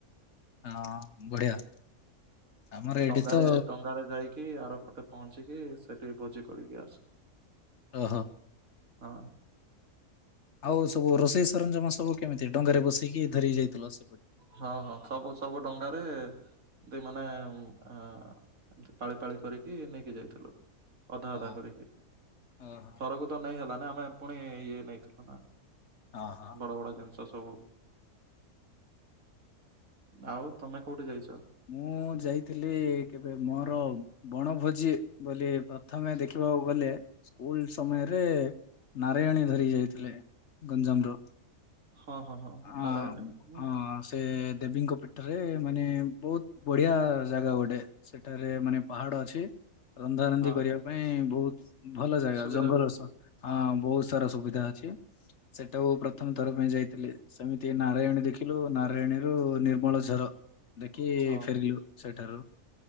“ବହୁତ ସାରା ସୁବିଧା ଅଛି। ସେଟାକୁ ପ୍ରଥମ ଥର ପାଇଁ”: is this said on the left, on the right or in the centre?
Left